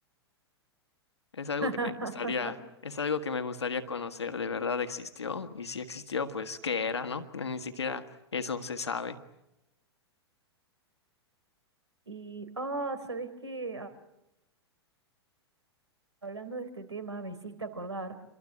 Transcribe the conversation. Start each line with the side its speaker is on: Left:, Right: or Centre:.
Left: Es algo
Right: <laughs>
Left: que me gustaría, es algo que me gustaría conocer. ¿De verdad existió? Y si existió, pues ¿qué era, no? Ni siquiera eso se sabe.
Right: Y, oh, ¿sabés qué? Hablando de este tema, me hiciste acordar,